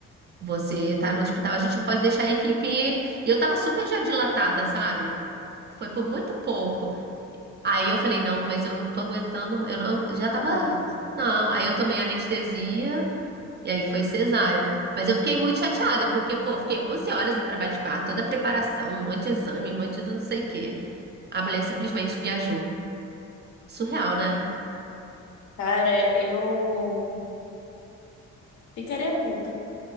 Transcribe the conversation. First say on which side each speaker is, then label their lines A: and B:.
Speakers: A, on the right (about 35°); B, on the left (about 65°).
A: Você tá no hospital, a gente não pode deixar a equipe. ir. E eu tava super já dilatada, sabe? Foi por muito pouco. Aí eu falei, não, mas eu não tô aguentando, eu não, já tava.
B: a mais.
A: Não, aí eu tomei anestesia e aí foi cesárea. Mas eu fiquei muito chateada, porque, pô, fiquei 11 horas em trabalho de parto, toda a preparação, um monte de exame, um monte de não sei o quê. A mulher simplesmente viajou. Surreal, né?
B: Cara, eu ficaria puta.